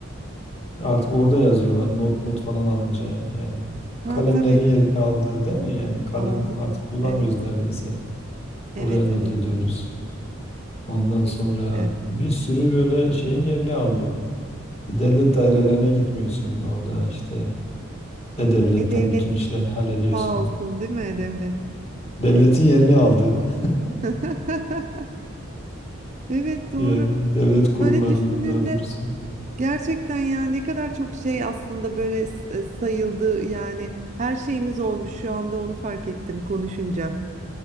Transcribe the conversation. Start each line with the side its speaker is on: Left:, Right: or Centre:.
Left: Artık orada yazıyorlar not mut falan alınca yani
Right: Ha
Left: kalemlerin
Right: tabii
Left: yerini aldığı değil mi? Yani kalem
Right: aldı.
Left: artık kullanmıyoruz
Right: Evet,
Left: neredeyse.
Right: evet,
Left: Oraya not
Right: evet.
Left: ediyoruz. Ondan
Right: Kesinlikle.
Left: sonra bir sürü böyle şeyin yerini aldı. Devlet dairelerine gitmiyorsun orada işte e-devletten
Right: E devlet
Left: bütün işlerini hallediyorsun.
Right: sağ olsun değil mi e devlet?
Left: Devletin yerini aldı. <laughs>
Right: <laughs> Evet doğru.
Left: Yani devlet kurumlarının
Right: Böyle düşündüğünde
Left: daha doğrusu.
Right: gerçekten ya ne kadar çok şey aslında böyle s- e, sayıldı yani her şeyimiz olmuş şu anda onu fark ettim konuşunca.